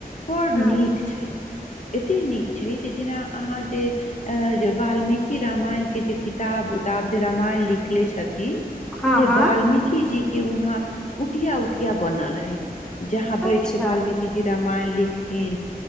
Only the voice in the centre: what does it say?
हँ
हँ
हँ
अच्छा